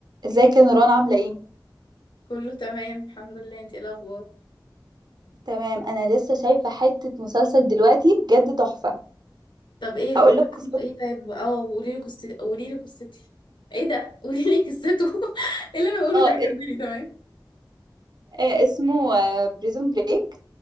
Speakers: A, on the right; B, on the left.
A: ازيك يا نوران عاملة ايه؟
B: كله تمام الحمد لله انتي ايه الاخبار
A: تمام انا لسه شايفة حتة مسلسل دلوقتي بجد تحفة
B: طب ايه
A: اقول
B: هو
A: لك قصته
B: اسمه ايه طيب اه قولي لي قصتي قولي لي قصتي ايه ده <laughs> قولي لي قصته <laughs> ايه اللي انا بقوله
A: اه
B: ده كملي تمام
A: آه، اسمه بريزون بريك